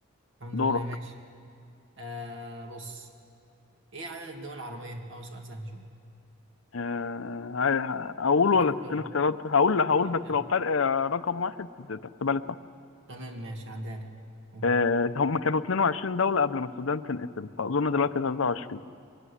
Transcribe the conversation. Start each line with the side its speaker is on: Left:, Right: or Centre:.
Right: الحمد
Left: دورك
Right: لله، ماشي آه بص ايه عدد الدول العربية؟ اه سؤال سهل شوية
Left: آه... ه- هقول
Right: اديك
Left: ولا
Right: اختيارات
Left: تديني اختيارات؟ هقول لا هقول
Right: اديك
Left: بس
Right: اختيارات
Left: لو فرق آه، رقم واحد تحسبها لي
Right: تمام ماشي هعديها لك قول.
Left: آه، هم كانوا 22 دولة قبل ما السودان تنقسم فأظن دلوقتي 23